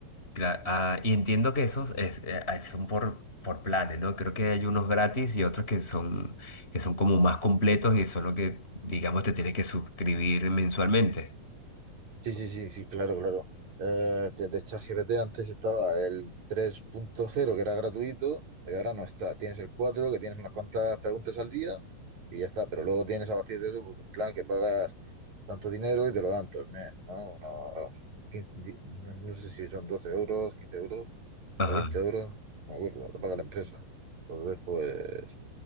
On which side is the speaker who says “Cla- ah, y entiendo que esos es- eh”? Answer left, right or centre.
Left